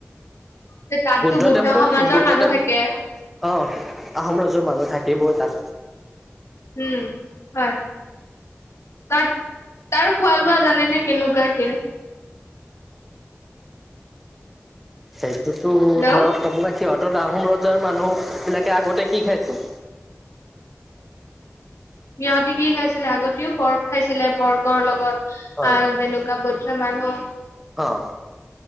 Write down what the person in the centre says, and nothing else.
বুদ্ধ টেম্পল
বুদ্ধ
টেম্প
অ' আহোম ৰাজ্যৰ মানুহ থাকিবই তাত।
সেইটোতো
ধৰক আপোনাৰ সিহঁত আহোম ৰজাৰ মানুহবিলাকে আগতে কি খাইছো?
হয়
অ',